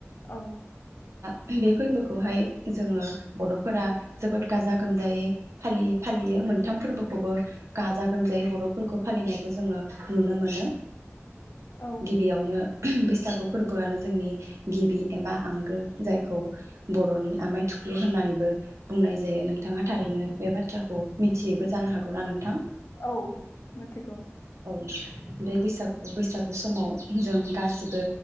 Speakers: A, on the left; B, on the right.
A: औ
B: उम बे फोरबोखौहाय जोङो बर'फोरा जोबोद गाजा गोमजायै फालि-फालियो मोनथाम फोरबोखौबो गाजा गोमजायै बर'फोरखौ फालिनायखौ जोङो नुनो मोनो
A: औ
B: गिबियावनो उम बैसागु फोरबोआनो जोंनि गिबि एबा आंगो जायखौ बर'नि आमाय थुख्लु होननानैबो बुंनाय जायो नोंथाङा थारैनो बे बाथ्राखौ मिथियोबो जानो हागौ ना नोंथां
A: औ मिथिगौ
B: औ बे बैसागु-बैसागु समाव जों गासैबो